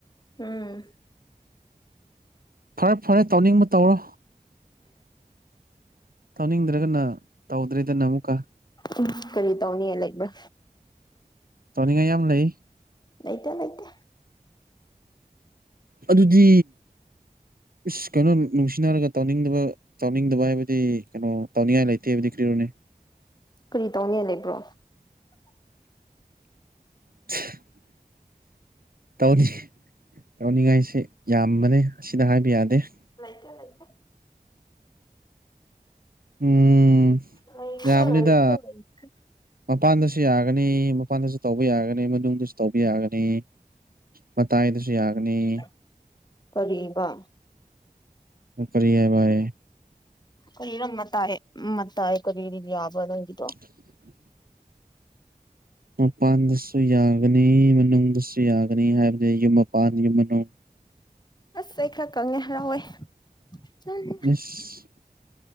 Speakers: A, on the left; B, on the right.
A: ꯎꯝ꯫
B: ꯐꯔꯦ ꯐꯔꯦ ꯇꯧꯅꯤꯡꯕ ꯇꯧꯔꯣ꯫ ꯇꯧꯅꯤꯡꯗ꯭ꯔꯒꯅ ꯇꯧꯗ꯭ꯔꯦꯗꯅ ꯑꯃꯨꯛꯀ꯫
A: ꯎꯝ ꯀꯔꯤ ꯇꯧꯅꯤꯡꯉꯥꯏ ꯂꯩꯕ꯭ꯔꯥ꯫
B: ꯇꯧꯅꯤꯡꯉꯥꯏ ꯌꯥꯝ ꯂꯩ꯫
A: ꯂꯩꯇꯦ ꯂꯩꯇꯦ꯫
B: ꯑꯗꯨꯗꯤ ꯏꯁ ꯀꯩꯅꯣ ꯅꯨꯡꯁꯤꯅꯔꯒ ꯇꯧꯅꯤꯡꯗꯕ ꯇꯧꯅꯤꯡꯗꯕ ꯍꯥꯏꯕꯗꯤ ꯀꯩꯅꯣ ꯇꯧꯅꯤꯡꯉꯥꯏ ꯂꯩꯇꯦ ꯍꯥꯏꯕꯗꯤ ꯀꯔꯤꯔꯣꯅꯦ꯫
A: ꯀꯔꯤ ꯇꯧꯅꯦ ꯂꯩꯕ꯭ꯔꯣ꯫
B: <unintelligible> ꯇꯧꯅꯤ ꯇꯧꯅꯤꯡꯉꯥꯏꯁꯤ ꯌꯥꯝꯕꯅꯦ ꯁꯤꯗ ꯍꯥꯏꯕ ꯌꯥꯗꯦ꯫
A: ꯂꯩꯇꯦ ꯂꯩꯇꯦ꯫
B: ꯎꯝ꯫
A: ꯂꯩꯇꯦ
B: ꯌꯥꯕꯅꯤꯗ
A: ꯂꯩꯇꯦ ꯂꯩꯇꯦ꯫
B: ꯃꯄꯥꯟꯗꯁꯨ ꯌꯥꯒꯅꯤ ꯃꯄꯥꯟꯗꯁꯨ ꯇꯧꯕ ꯌꯥꯒꯅꯤ ꯃꯅꯨꯡꯗꯁꯨ ꯇꯧꯕ ꯌꯥꯒꯅꯤ꯫ ꯃꯇꯥꯏꯗ ꯖꯨ ꯌꯥꯒꯅꯤ꯫
A: <unintelligible> ꯀꯔꯤꯕ
B: ꯅꯪ ꯀꯔꯤ ꯍꯥꯏꯕꯌꯦ꯫
A: ꯀꯔꯤꯔ ꯃꯇꯥꯏ ꯃꯇꯥꯏ ꯀꯔꯤꯔꯤ ꯌꯥꯕꯔ ꯅꯪꯒꯤꯗꯣ꯫
B: <unintelligible> ꯃꯄꯥꯟꯗꯁꯨ ꯌꯥꯒꯅꯤ ꯃꯅꯨꯡꯗꯁꯨ ꯌꯥꯒꯅꯤ ꯍꯥꯏꯕꯗꯤ ꯌꯨꯝ ꯃꯄꯥꯟ ꯌꯨꯝ ꯃꯅꯨꯡ
A: ꯑꯁ ꯑꯩ ꯈꯔ ꯀꯪꯉꯦ ꯍꯔꯥꯎꯋꯦ꯫ ꯅꯪ
B: ꯏꯁ